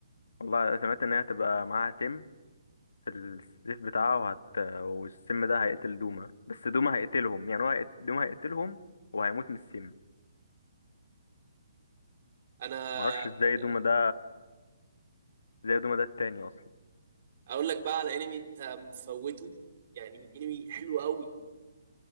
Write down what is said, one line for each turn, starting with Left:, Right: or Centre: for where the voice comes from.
Left: والله سمعت ان هي هتبقى معاها سم في السيف بتاعها وهت... والسم ده هيقتل دوما بس دوما هيقتلهم يعني هو هيقت... دوما هيقتلهم وهيموت من السم
Right: انا
Left: معرفش ازاي
Right: آه،
Left: دوما ده ازاي دوما ده التاني اصلا
Right: اقول لك بقى على انمي انت مفوته يعني انمي حلو قوي